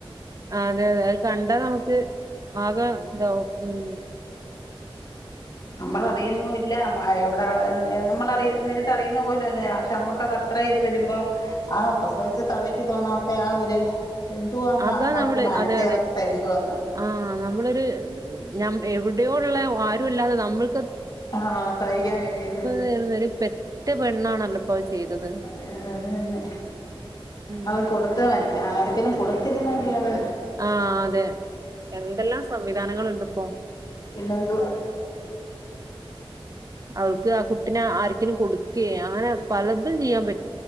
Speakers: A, on the right (about 35°); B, on the left (about 45°).
A: ആ അതെ അതെ അത് കണ്ടാ നമുക്ക് ആഗ താവും ഉം
B: നമ്മൾ അറിയുന്നുല്ല എവിടെ നമ്മൾ നേരിട്ട് അറിയുന്ന പോലും അല്ലേ പക്ഷെ അമ്മക്കൊക്കെ അത്ര ഇ്ത് വരുമ്പോ ആ പ്രസവിച്ച തള്ളയ്ക്ക് തോന്നാത്ത ആ ഒരു <unintelligible>
A: അതാ
B: ആ
A: നമ്മള്
B: ഒരു മാനസികാവസ്ഥ
A: അതെ അതെ
B: എന്തുവാന്ന്
A: ആ നമ്മളൊരു ഞ എവിടെയോള്ള ആരുല്ലാതെ നമ്മൾ
B: ആഹ സഹിക്കാൻ കഴിയുന്നില്ലത്
A: ഇതായിരുന്നു, ഒരു പെറ്റ പെണ്ണാണല്ലോ ഇപ്പൊ അത് ചെയ്തത്.
B: അത് തന്നെ
A: ഉം.
B: അവടെ കൊടുത്ത് മറ്റ ആർക്കങ്കിലും കൊടുത്ത് തിരുനെങ്കിയത്
A: ആഹ അതെ എന്തെല്ലാം സമയം ഗാനങ്ങളൾണ്ട് ഇപ്പോ.
B: പിന്നെന്തു വാ.
A: അവൾക്ക് ആ കുട്ടിന ആരിക്കലും കൊടുക്കയ അങ്ങനെ പലതും ചെയ്യാപ